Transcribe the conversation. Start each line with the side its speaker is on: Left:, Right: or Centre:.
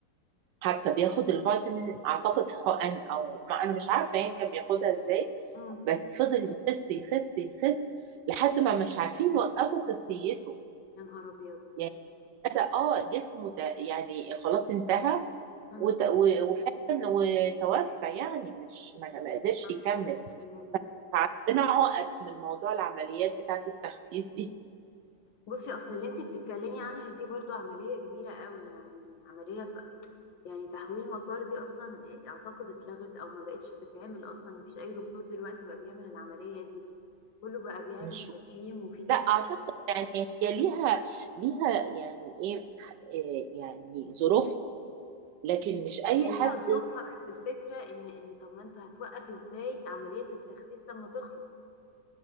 Right: حتى بياخد الفيتامين اعتقد حقن او ما انا مش عارفه يعني كان بياخدها ازاي
Left: مم.
Right: بس فضل يخس يخس يخس لحد ما مش عارفين يوقفوا خسيته
Left: يا نهار ابيض
Right: يعني بدا اه جسمه ده يعني خلاص انتهى
Left: مم.
Right: وت- و- وفعلا وتوفى يعني مش ما ما قدرش
Left: حول
Right: يكمل
Left: ولا قوة الا بالله
Right: فعندنا عقد من موضوع العمليات بتاعه التخسيس دي
Left: بصي اصل اللي انت بتتكلمي عنها دي برضو عمليه كبيره قوي يعني عمليه يعني تحويل مسار دي اصلا اعتقد اتلغت او ما بقتش بتتعمل اصلا مفيش اي دكتور دلوقتي بقى بيعمل العملية دي كله بقى بيعمل
Right: مش
Left: تكميم وفي تكميم
Right: لا اعتقد يعني هي ليها ليها يعني ايه آه، يعني ظروفها لكن مش اي
Left: هي
Right: حد
Left: ليها ظروفها بس الفكرة ان ان طب ما انت هتوقف ازاي عملية التخسيس لما تخلص